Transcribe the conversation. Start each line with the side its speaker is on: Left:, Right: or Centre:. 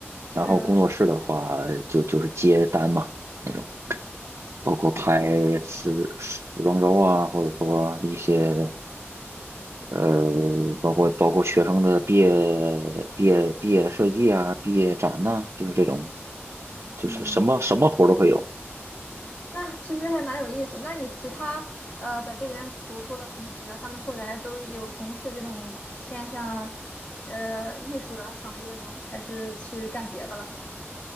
Left: 就是，
Right: 然后工作室的话，就就是接单嘛那种，
Left: 啊，
Right: 包括拍时时装周啊，或者说一些呃，包括包括学生的毕业毕业毕业设计啊、毕业展呐、就是这种，就是什么什么活儿都会有，
Left: 嗯，那其实还蛮有意思。那你其他呃在这边读书的同学，他们后来都有从事这种偏向呃艺术的行业吗？还是去干别的了？